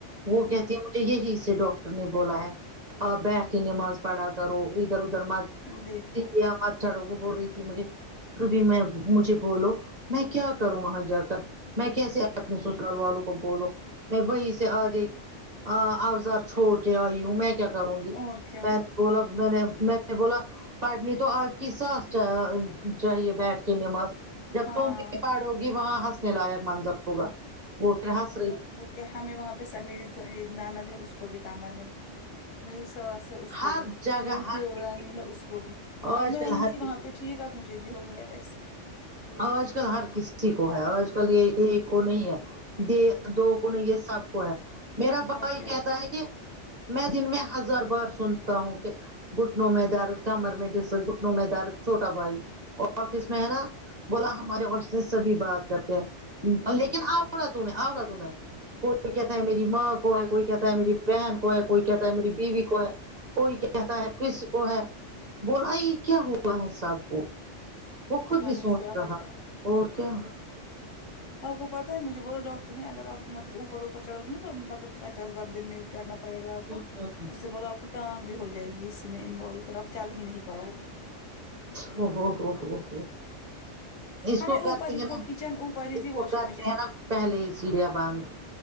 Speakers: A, on the right; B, on the left.
A: وہ
B: ہمم
A: کہتی ہے مجھے یہی سے ڈاکٹر نے بولا ہے آ بیٹھ کے نما ز پڑھا کرو ادھر ادھر مت
B: دیکھو
A: سیڑھیاں مت چڑھو وہ بول رہی تھی مجھے روبی میں مجھے بولو میں کیا کروں وہاں جا کر میں کیسے اپنے سسرال والوں کو بولوں میں وہی سے اگئی ہاں اوزار چھوڑ کے آئی ہوں میں کیا کروں گی
B: اور کیا
A: میں نے بولا میں نے میں نے بولا پڑھنی تو آج کی ساس چاآ چاہیے بیٹھ کے نماز جب
B: ہاں
A: تو ہوگی وہاں ہنسنے لائق منظر ہوگا وہ پھر ہنس رہی
B: کہ ہمیں وہاں پے سا میری نند ہے اس کو بھی کمر میں میری ساس ہے اس کو
A: ہر
B: بھی
A: جگہ
B: میری
A: ہر
B: دیو
A: کسی
B: رانی ہے اس کو بھی
A: آج
B: اب میں
A: کل
B: ہی
A: ہر
B: تھی وہاں
A: کسی
B: پے ٹھیک اب مجھے بھی ہو گیا ویسے ہی
A: آج کل ہر کسی کو ہے آج کل یے ایک کو نہیں ہے دے دو کو نہیں یے سب کو ہے میرا بائی
B: اور کیا
A: کہتا ہے کہ میں دن میں ہزار بار سنتا ہوں کہ گھٹنوں میں دارد کمر میں جس گھٹنوں میں دارد چھوٹا بھائی اور آفس میں ہے نا بولا ہمارے عور سے سبھی بات کرتے ہیں
B: دیکھا
A: لیکن آ رہا <unintelligible> کوئی کہتا ہے میری ماں کو ہے کوئی کہتا ہے میری بہن کو ہے کوئی کہتا ہے میری بیوی کو ہے کوئی کہتا ہے کسی کو ہے بولا یے کیا ہوا ہے سب کو وہ خود
B: پتہ
A: بھی
B: نہیں
A: سوچ
B: کیا
A: رہا
B: ہو گیا
A: اور کیا
B: آپ کو پتہ ہے مجھے بولو ڈاکٹر نے اگرپ مطلب اوپر اوپر چڑھ گی نا تو مطلب پچاس بار دن میں چڑھنا پڑے گا
A: او
B: آپ کو اس سے بول آپ کو ٹانگ بھی ہو جائے گی اسی میں انوولوے پھر آپ چل ہی نہیں پاؤ گی
A: او ہو ہو ہو ہو اس
B: ہمیں
A: کو
B: اوپر
A: کرتے
B: ہی
A: ہیں
B: تھا
A: نا
B: کچن اوپر ہی
A: اس
B: تھی
A: کو
B: واشنگ
A: کرتے
B: مشین
A: ہیں نا پہلے ہی سیڑیا بند